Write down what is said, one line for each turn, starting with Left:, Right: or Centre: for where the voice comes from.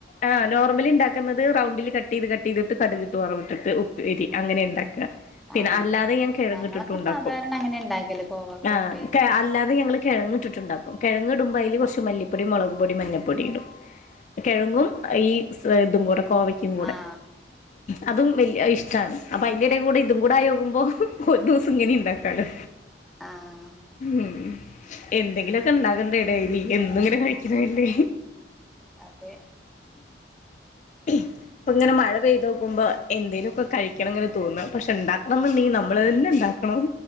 Left: ആ നോർമലി ഉണ്ടാക്ക വെക്കുന്നത് റൗണ്ടിൽ കട്ട് ചെയ്ത് കട്ട് ചെയ്തിട്ട് കടുകിട്ട് വറവിട്ടിട്ടു ഉപ്പേരി അങ്ങനെ ഉണ്ടാക്കുക പിന്നെ
Centre: ആഹ്
Left: അല്ലാതെ ഞാൻ കിഴങ്ങങ്
Centre: ഞങ്ങളൊക്കെ
Left: ഇട്ടിട്ടുണ്ടാക്കും
Centre: സാധാരണ അങ്ങനെ ഇണ്ടാക്കൽ കോവക്ക
Left: ആ
Centre: ഉപ്പേരി
Left: കെ അല്ലാതെ ഞങ്ങൾ കിഴങ്ങിട്ടുണ്ട് ണ്ടാക്കും കിഴങ് ഇടുമ്പോ അതില് കുറച്ച് മല്ലിപ്പൊടി മുളക് പൊടി മഞ്ഞൾപ്പൊടി ഇടും കിഴങ്ങും ഈ സ് ഇതും കൂടെ കോവയ് കൂടെ
Centre: ആഹ്
Left: അതും വല്യ ഇഷ്ടമാണ് അയിന്റെ ഇടെകുടി കൂടെ ഇതും കൂടെ ആകുമ്പോ ഒരു ദിവസം ഇങ്ങനെ ഉണ്ടാക്കാറ്
Centre: ആഹ്
Left: ഉം എന്തെങ്കിലുമൊക്കെ ഇണ്ടാകണ്ടേ ഡെയിലി എന്നും ഇങ്ങനെ കഴിക്കുന്നണ്ടേ
Centre: അതെ
Left: ഇപ്പ ഇങ്ങനെ മഴ പെയ്ത് നിക്കുമ്പോ എന്തേലുമൊക്കെ കഴിക്ക ങ്ങനെ തോന്നുന്നത് പക്ഷെ ഉണ്ടാക്കണം എന്നുണ്ടെങ്കിൽ നമ്മള് തന്നെ ഉണ്ടാക്കണം